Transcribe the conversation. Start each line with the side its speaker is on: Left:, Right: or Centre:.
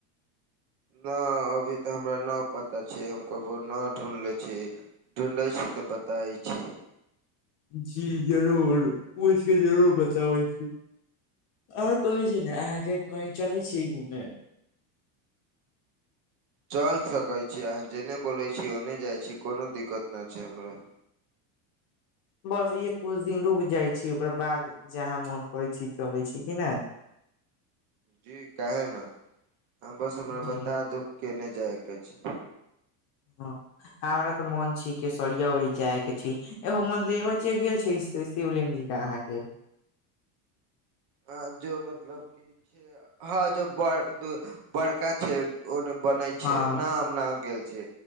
Right: न अभी तऽ हमरा न पता छै हम कबो न ढूढ़ले छी। ढूँढ़ै छी तऽ बताय छी।
Left: जी जरूर पूइछके जरूर बताबै छी। और कहै छी ने अहाँके कही चले छी घूमे।
Right: चल सकै छी अहाँ जेने बोलै छी ओने जाइ छी कोनो दिक्कत न छै हमरा।
Left: बस इहेए कुछ दिन रुक जाइ छी ओकरा बाद। जहाँ मोन करै छी चलै छी किने।
Right: जी काहे न अहाँ बस हमरा
Left: जी
Right: बता दू केने जायके छै।
Left: ह आ हमरा तऽ मन छी केशरिया उरी जाय के छी, एहो मन्दिरबा चे गेल छी। से शिवलिंग जी अहाँके।
Right: ह जो मतलब कि छै हँ जो बड़ बड़का छै। ओने बनै
Left: हँ
Right: छै ना हम ना गेल छी